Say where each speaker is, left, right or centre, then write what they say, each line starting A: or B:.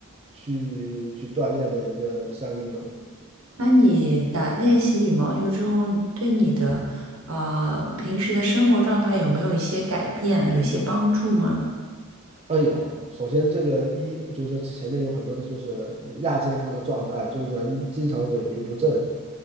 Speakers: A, on the right; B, on the right.
A: 去去锻炼的一个项运动。
B: 那你打练习羽毛球之后，对你的呃平时的生活状态有没有一些改变啊有些帮助吗？
A: 呃，有。首先，这个一就是说前面有很多的就是亚健康的状态，就人经常萎靡不振。